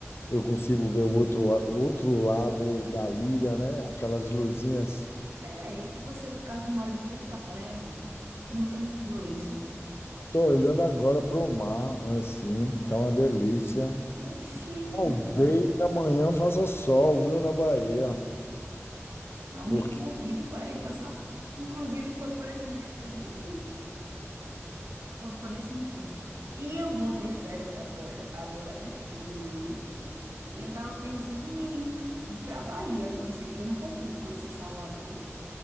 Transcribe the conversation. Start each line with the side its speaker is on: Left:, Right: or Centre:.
Left: Eu consigo ver o outro, outro lado da ilha, né? Aquelas luzinhas.
Right: Pera aí, você no caso mora de frente pra praia, homem? E nunca me falou isso?
Left: Estou olhando agora para o mar, assim, tá uma delícia.
Right: Oxi,
Left: Talvez
Right: não.
Left: amanhã faça sol, viu, na Bahia.
Right: Não
Left: Porque
Right: me convide para ir passar. Inclusive, foi por esse motivo que eu lhe liguei. Foi por esse motivo. E eu vou ter férias agora, agora, né? Junho, julho. E eu tava pensando em ir pra Bahia conhecer, porque eu nunca fui conhecer Salvador.